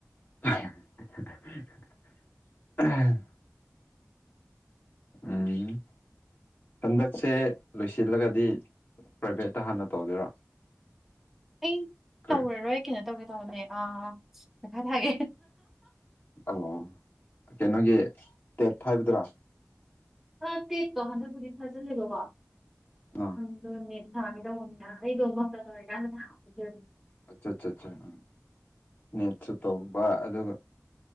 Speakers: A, on the left; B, in the centre.
A: <unintelligible> ꯎꯝ ꯍꯟꯗꯛꯁꯦ ꯂꯣꯏꯁꯤꯜꯂꯒꯗꯤ ꯄ꯭ꯔꯥꯏꯚꯦꯠꯇ ꯍꯥꯟꯅ ꯇꯧꯗꯣꯏꯔꯣ
B: ꯑꯩ
A: ꯀꯔꯤ
B: ꯇꯧꯔꯔꯣꯏ ꯀꯩꯅꯣ ꯇꯧꯒꯦ ꯇꯧꯕꯅꯦ ꯑꯥ ꯄꯩꯈꯔꯤ ꯊꯥꯒꯦ
A: ꯑꯣ ꯀꯩꯅꯣꯒꯤ ꯇꯦꯠ ꯍꯥꯏꯕꯗ꯭ꯔꯥ
B: ꯑꯥ ꯇꯦꯛꯇꯣ ꯍꯟꯗꯛꯄꯨꯗꯤ ꯊꯥꯖꯜꯂꯦꯕꯀꯣ
A: ꯑꯥ
B: ꯑꯗꯨꯅꯦ ꯊꯥꯒꯦ ꯇꯧꯅꯤꯗ ꯑꯩꯗꯣ ꯃꯁꯇꯦꯔ ꯇꯧꯔꯤꯀꯟ ꯊꯍꯧꯗꯦ
A: ꯑꯠꯆꯥꯆꯥꯆꯥ ꯎꯝ ꯅꯦꯠꯁꯨ ꯇꯧꯕ ꯑꯗꯨꯒꯥ